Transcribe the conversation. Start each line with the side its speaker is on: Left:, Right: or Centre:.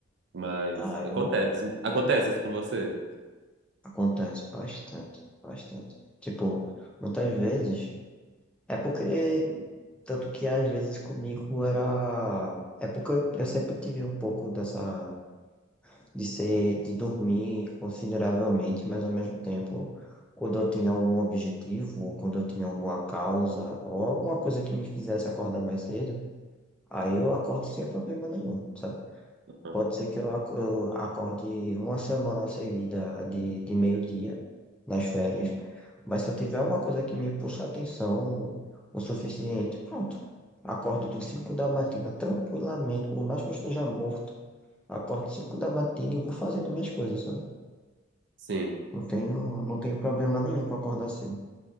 Right: Mas
Centre: Ai,
Right: acontece.
Centre: mano,
Right: Acontece isso com você?
Centre: acontece bastante, bastante. Tipo, muitas vezes. É porque, tanto que às vezes comigo era. É porque eu sempre tive um pouco dessa. de ser, de dormir consideravelmente, mas ao mesmo tempo, quando eu tinha algum objetivo, ou quando eu tinha alguma causa, ou alguma coisa que me fizesse acordar mais cedo, aí eu acordo sem problema nenhum, sabe?
Right: Uhum.
Centre: Pode ser que eu ac- eu acorde uma semana seguida de, de meio-dia nas férias, mas se eu tiver uma coisa que me puxa a atenção o suficiente, pronto. Acordo de 5 da matina tranquilamente, por mais que eu esteja morto. Acordo 5 da matina e vou fazendo minhas coisas, sabe?
Right: Sim.
Centre: Não tenho, não tenho problema nenhum com acordar cedo.